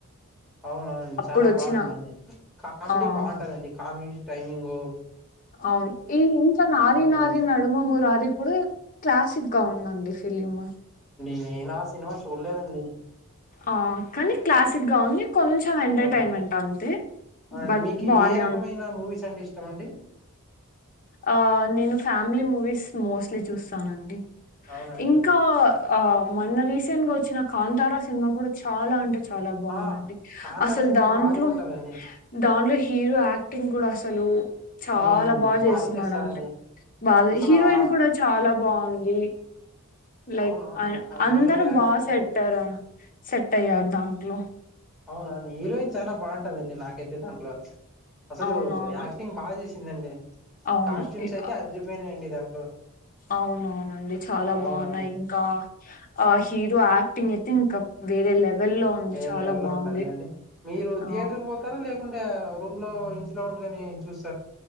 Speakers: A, in the centre; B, on the left.
A: అవునవునండి
B: అప్పుడు
A: చాలా
B: వచ్చిన
A: బాగుందండి. కామెడీ
B: ఆ
A: బాగుంటందండి కామెడీ టైమింగ్
B: అవును ఈ ఇంకా నారీ
A: వాళ్ళు
B: నారీ నడుమ మురారి కూడా క్లాసిక్ గా ఉందండి ఫిలిమ్.
A: నేనా సినిమా చూడలేదండి
B: ఆ కానీ క్లాసిక్ గా ఉంది కొంచెం ఎంటర్టైన్మెంట్
A: అవును
B: అంతే
A: అవునండి
B: బట్
A: మీకు
B: బానే
A: ఏ రకమైన మూవీస్ అంటే ఇష్టం. ఇష్టమండి
B: ఆ నేను ఫ్యామిలీ మూవీస్ మోస్ట్లీ చూస్తానండి.
A: అవునండి
B: ఇంకా ఆ మొన్న రీసెంట్ గా వచ్చిన కాంతారా సినిమా కూడా చాలా అంటే చాలా బాగుందండి.
A: ఆ కాంతార
B: అసలు
A: సినిమా
B: దాంట్లో
A: భారీగా ఉంటదండి
B: దాంట్లో హీరో యాక్టింగ్ కూడా అసలు చాలా
A: అవునవునండి భారీ
B: స్తున్నాడు
A: చేస్తారండి
B: బా
A: అసలు
B: హీరోయిన్
A: ఆ
B: కూడా చ చాలా బాగుంది లైక్
A: అవునవునండి ఆ
B: అందరు
A: హీరో యాక్టింగ్
B: బాగా సెట్ అయ్యారు సెట్ అయ్యారు దాంట్లో
A: అవునండి హీరోయిన్ చాలా బాగుంటదండి నాకైతే దాంట్లో అసలు
B: అవునవును
A: ఆయాక్టింగ్ బాగా చే చ్చిందండి
B: అవును
A: కాస్ట్యూమ్స్
B: ఇ-
A: అయితే అదిరిపోయినాయండి దాంట్లో
B: అవునవునండి చాలా
A: అవునవును
B: బాగున్నాయి ఇంకా ఆ హీరో యాక్టింగ్ అయితే ఇంకా వేరే లెవెల్లో ఉంది
A: వేరే
B: చాలా
A: లెవెల్ లో
B: బాగుంది
A: ఉంటారుండి మీరు
B: ఆ
A: థియేటర్కి పోతారా లేకుంటే రూమ్ లో ఇంట్లో ఉండగాని చూస్త